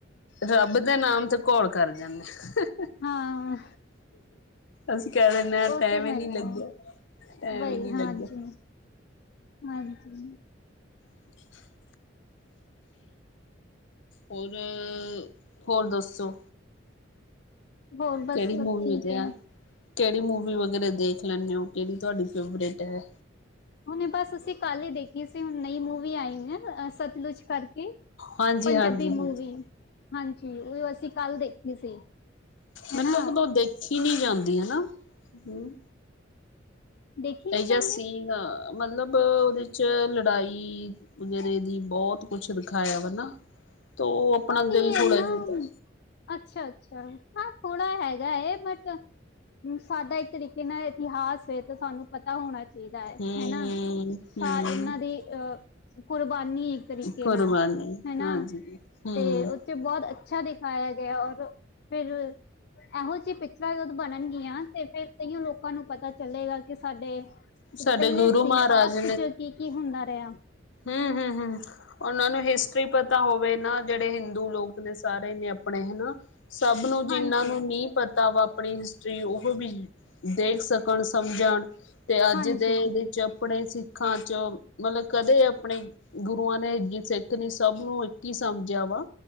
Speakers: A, on the left; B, on the left.
A: ਰੱਬ ਦੇ ਨਾਮ ਤੇ ਘੋਲ ਕਰ ਜਾਂਦੇ।
B: ਹਾਂ।
A: ਅਸੀਂ ਕਹਿ ਦਿੰਨੇ ਆ
B: ਉਹ
A: ਟਾਈਮ
B: ਤੇ ਹੈਗਾ,
A: ਹੀ ਨੀ ਲੱਗਿਆ ਟਾਈਮ
B: ਹੀ
A: ਨੀ
B: ਹੈ ਹਾਂਜੀ,
A: ਲੱਗਿਆ
B: ਹਾਂਜੀ।
A: <inaudible> ਹੋਰਅ, ਹੋਰ ਦੱਸੋ
B: ਹੋਰ ਬਸ
A: ਕਿਹੜੀ
B: ਸਭ
A: ਮੂਵੀ
B: ਠੀਕ
A: ਵਧੀਆ?
B: ਹੈ
A: ਕਿਹੜੀ ਮੂਵੀ ਵਗੈਰਾ ਦੇਖ ਲੈਂਦੇ ਹੋ, ਕਿਹੜੀ ਤੁਹਾਡੀ ਫੇਵਰੇਟ ਹੈ।
B: ਹੁਣ ਬਸ ਅਸੀਂ ਕੱਲ ਹੀ ਦੇਖੀ ਸੀ, ਹੁਣ ਨਈ ਮੂਵੀ ਆਈ ਹੈ ਸਤਲੁਜ ਕਰਕੇ।
A: ਹਾਂਜੀ-ਹਾਂਜੀ-ਹਾਂਜੀ
B: ਪੰਜਾਬੀ ਮੂਵੀ। ਹਾਂਜੀ, ਉਹ ਅਸੀਂ ਕੱਲ ਦੇਖੀ ਸੀ, ਹੈਨਾ।
A: ਮੈਨੂੰ ਲੱਗਦਾ ਉਹ ਦੇਖੀ ਨੀ ਜਾਂਦੀ ਹੈਨਾ ਹੂੰ।
B: ਦੇਖੀ ਨੀ
A: ਇਹਜਾ
B: ਜਾਂਦੇ
A: ਸੀਨ, ਮਤਲਬ ਉਹਦੇ 'ਚ ਲੜਾਈ ਰੇਦੀ ਬਹੁਤ ਕੁਛ ਦਿਖਾਇਆ ਵਾ ਨਾ, ਤੋਂ ਆਪਣਾ
B: ਹਾਂ
A: ਦਿਲ
B: ਨਹੀਂ
A: ਥੋੜਾ
B: ਇਨਾ
A: ਜਿਹਾ।
B: ਅੱਛਾ ਅੱਛਾ ਹਾਂ ਥੋੜਾ ਹੈਗਾ ਹੈ ਬਟ, ਸਾਡਾ ਇੱਕ ਤਰੀਕੇ ਨਾਲ ਇਤਿਹਾਸ ਏ ਤੇ ਸਾਨੂੰ ਪਤਾ ਹੋਣਾ ਚਾਈਦਾ ਐ
A: ਹਮ
B: ਹੈਨਾ। ਸਾਰੇ
A: ਹਮ
B: ਇਹਨਾਂ ਦੀ ਅਹ ਕੁਰਬਾਨੀ ਇੱਕ ਤਰੀਕੇ
A: ਕੁਰਬਾਨੀ
B: ਨਾਲ, ਹਨਾ।
A: ਹਾਂਜੀ ਹਮ
B: ਤੇ ਉਹ ਚ ਬਹੁਤ ਅੱਛਾ ਦਿਖਾਇਆ ਗਿਆ ਔਰ ਫਿਰ ਇਹੋ ਜੀ ਪਿਚਰਾਂ ਜਦ ਬਣਨਗੀਆਂ 'ਤੇ ਫਿਰ ਤਾਂਈਓ ਲੋਕਾਂ ਨੂੰ ਪਤਾ ਚਲੇਗਾ ਕਿ ਸਾਡੇ
A: ਸਾਡੇ
B: ਪਹਿਲੇ
A: ਗੁਰੂ
B: ਸੀ
A: ਮਹਾਰਾਜ
B: ਪਾਸਟ ਚ ਕੀ-ਕੀ ਹੁੰਦਾ ਰਿਹਾ।
A: ਹਮ ਹਮ ਹਮ। ਉਹਨਾਂ ਨੂੰ ਹਿਸਟਰੀ ਪਤਾ ਹੋਵੇ ਨਾ ਜਿਹੜੇ ਹਿੰਦੂ ਲੋਕ ਨੇ ਸਾਰੇ ਨੇ ਆਪਣੇ ਹਨਾ। ਸਭ ਨੂੰ ਜਿਨਾਂ
B: ਹਾਂਜੀ
A: ਨੂੰ ਨੀ ਪਤਾ ਤਬ ਆਪਣੀ ਹਿਸਟਰੀ ਉਹ ਵੀ ਦੇਖ ਸਕਣ ਸਮਝਣ। ਤੇ ਅੱਜ
B: ਹਾਂਜੀ
A: ਦੇ ਆਪਣੇ ਸਿੱਖਾਂ 'ਚ ਮਤਲਬ ਕਦੇ ਆਪਣੇ ਗੁਰੂਆਂ ਨੇ ਸਿੱਖ ਨੇ ਸਭ ਨੂੰ ਇੱਕ ਹੀ ਸਮਝਿਆ ਵਾ।